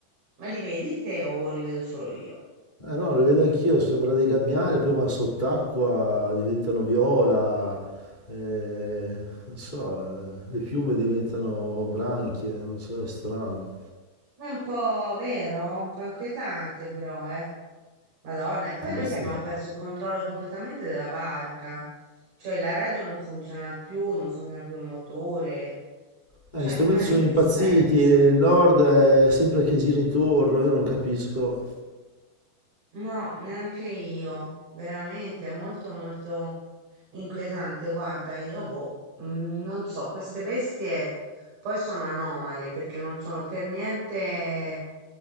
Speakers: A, on the right; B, on the left.
A: Ma li vedi te o li vedo solo io?
B: Eh no, lo vedo anch'io, sembrano dei gabbiani, poi vanno sott'acqua, diventano viola, eh, non so, eh, le piume diventano branchie, non so, è strano.
A: È un po' vero, un po' inquietante però, eh. Madonna, e poi
B: Abbastanza.
A: noi che abbiamo perso il controllo completamente della barca, cioè la radio non funziona più, non funziona più il motore,
B: Eh,
A: cioè,
B: gli strumenti
A: ma
B: sono
A: in che
B: impazziti
A: senso?
B: e il nord è sempre che gira intorno, io non capisco.
A: No, neanche io, veramente, è molto molto inquietante. Guarda, io boh, mm, non so, queste bestie poi sono anomale perché non sono per niente